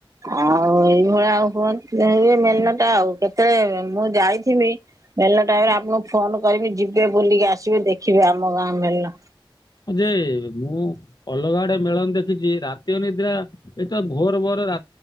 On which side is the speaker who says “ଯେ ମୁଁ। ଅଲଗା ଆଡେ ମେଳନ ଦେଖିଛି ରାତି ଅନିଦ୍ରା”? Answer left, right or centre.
Left